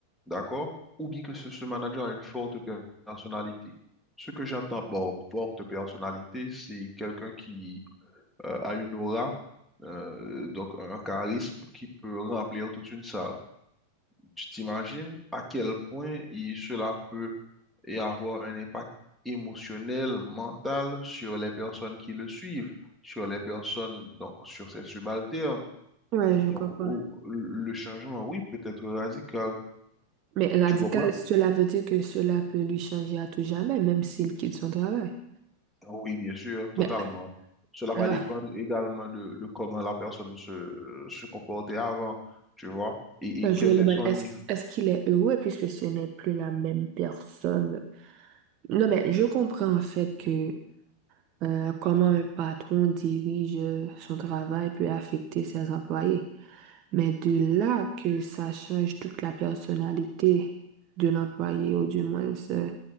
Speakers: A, in the centre; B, on the right.
A: d'accord? Ou bien que ce, ce manager a une forte per- personnalité. Ce que j'entends par forte personnalité, c'est quelqu'un qui euh, a une aura, euh, donc un charisme qui peut remplir toute une salle. Tu t'imagines à quel point il- cela peut et avoir un impact émotionnel, mental sur les personnes qui le suivent, sur les personnes, donc, sur ses subalternes.
B: Ouais, je
A: Donc,
B: comprends.
A: au- le changement, oui, peut être radical.
B: Mais radical,
A: Tu comprends?
B: cela veut dire que cela peut lui changer à tout jamais, même s'il quitte son travail.
A: Oui, bien sûr, totalement.
B: Mais
A: Cela va
B: euh,
A: dépendre également de, de comment la personne se, se comportait avant, tu vois, et,
B: je
A: et quel
B: me demande,
A: est son
B: est-ce
A: niveau.
B: est-ce qu'il est heureux puisque ce n'est plus la même personne? Non, mais je comprends en fait que Euh, comment un patron dirige euh, son travail peut affecter ses employés. Mais de là que ça change toute la personnalité de l'employé, ou du moins euh,